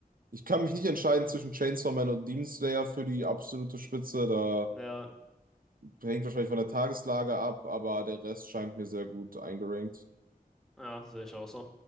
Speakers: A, on the right; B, in the centre.
A: ich kann mich nicht entscheiden zwischen Chainsaw Man und Demon Slayer für die absolute Spitze. da
B: ja,
A: hängt wahrscheinlich von der Tageslage ab, aber der Rest scheint mir sehr gut eingerankt.
B: ja, sehe ich auch so.